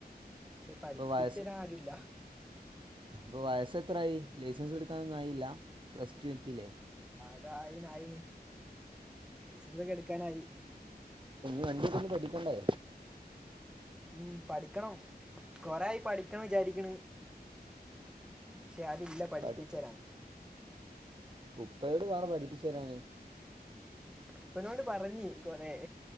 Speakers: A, in the centre; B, on the right (about 30°).
A: പക്ഷെ പഠിപ്പിച്ചരാരുല്ല
B: അപ്പോൾ വയസ്സ് ഇപ്പ വയസ്സ എത്രായിയി ലൈസൻസ് എടുക്കാനൊന്നുംആയില്ല പ്ലസ് റ്റു ത്തിലെ
A: അത ആയിന് ആയിന് ലൈസൻസ ഒക്കെ എടുക്കാനായി
B: വണ്ടി ഒന്ന് പഠിക്കണ്ടേ
A: ഉം പഠിക്കണം കൊറായി പഠിക്കണം വിചാരിക്കാണ് പക്ഷെ അരും ഇല്ല പഠിപ്പിച്ചരാൻ
B: പഠി ഉപ്പയോട് പറെ പഠിപ്പിച്ചു തരാന്
A: ഇപ്പന്നോട് പറഞ്ഞി കൊറെ